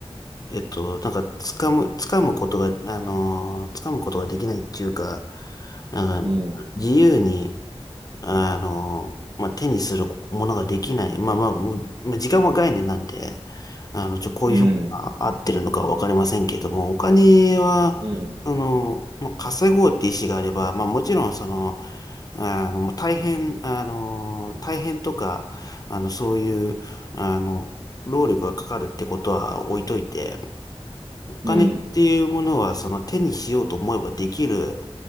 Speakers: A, on the left; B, on the right.
A: えっと、なんか、掴む、掴むことが、あの、掴むことができないっていうか、なんか、
B: うん。
A: 自由に、あの、まあ、手にするものができない。まあまあ、もうまあ時間は概念なんで、あの、ちょ、こういう表現が合ってるのかわかりませんけれども、
B: うん、
A: お金は、
B: うん、
A: その、まあ、稼ごうって意思があれば、まあもちろんその、あの、まあ大変、あの、大変とか、あの、そういう、あの、労力がかかるってことは置いといて、お金っていうものは、
B: うん。
A: その手にしようと思えばできる、